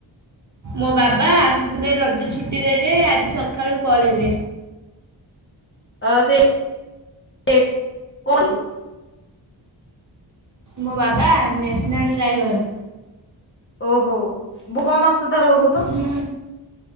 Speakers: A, on the right (about 40°); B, on the left (about 25°).
A: ମୋ ବାବା ଆସିଥିଲେ ରଜ ଛୁଟିରେ ଯେ ଆଜି ସକାଳୁ ପଳେଇଲେ।
B: ଅ ସେ ସେ କୋଉଠି
A: ମୋ ବାବା ନେସନାଲ୍ ରାଇଭର।
B: ଓହୋ ବହୁତ କମ୍ ଆସୁଥିବେ ତାରେ ଘରକୁ ତ?
A: ହୁଁ।